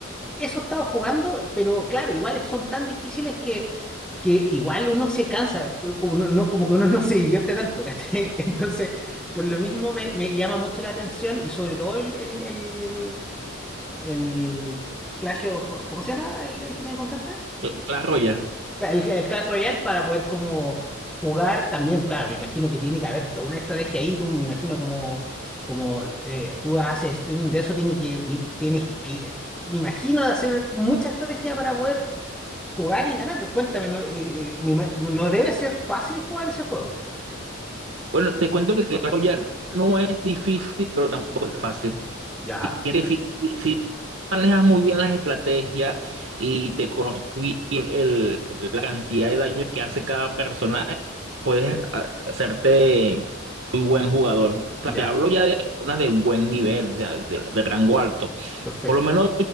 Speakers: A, in the centre; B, on the right.
A: Eso he estado jugando, pero claro, igual son tan difíciles que, que igual uno se cansa, como, no, no- como que uno no se divierte tanto, ¿cachai? <laughs> Entonces, por lo mismo me, me llama mucho la atención y sobre todo el, el, el- el Clash of... ¿Cómo se llama el, el que me contaste?
B: Cl- Clash Royale.
A: Cla- El, el Clash Royale para poder como jugar también, claro, me imagino que tiene que haber toda una estrategia ahí, tú me imagino como, como eh, tú haces streaming de eso, tiene que, mi- tienes que, me imagino de hacer mucha estrategia para poder jugar y ganar. Cuéntame, no, Eh, eh, me ima- no debe ser fácil jugar ese juego.
B: Bueno, te cuento que Clash Royale no es difícil, pero tampoco es fácil.
A: Ya,
B: Tienes- Sí, sí, sí, manejas muy bien las estrategias y te conoces bien el- la cantidad de daño que hace cada personaje, puedes ah, hacerte muy buen jugador. Claro,
A: ya,
B: Te hablo ya de personas de un buen nivel, de, de- de rango alto.
A: perfecto.
B: Por lo menos